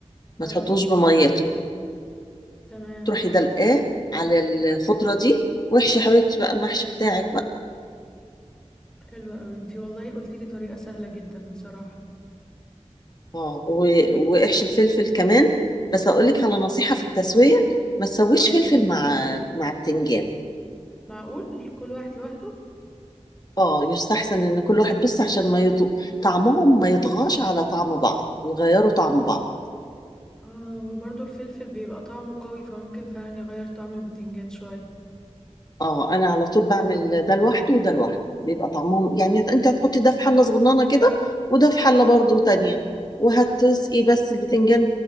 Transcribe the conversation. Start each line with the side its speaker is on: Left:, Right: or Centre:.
Left: ما
Centre: اه
Left: تحطوش بميته
Centre: تمام
Left: تروحي دلقاه على الخضرة دي واحشي يا حبيبتي بقى المحشي بتاعك بقى
Centre: حلوه قوي انتي والله قلتيلي طريقه سهله جدا بصراحه
Left: اه و- واحشي الفلفل كمان بس اقول لك على نصيحة في التسوية ما تسويش
Centre: اه
Left: فلفل مع مع التنجان
Centre: معقول كل واحد لوحده
Left: اه يستحسن ان كل واحد بص عشان ما يض... طعمهم ما يطغاش على طعم بعض يغيروا طعم بعض
Centre: اه وبرضه الفلفل بيبقى طعمه قوي فممكن فعلا يغير طعم البتنجان شوية
Left: اه انا على طول بعمل ده لوحده وده لوحده بيبقى طعمهم يعني انت هتحطي ده في حله صغننه كده وده في حله برضو تانية وهتسقي بس البتنجان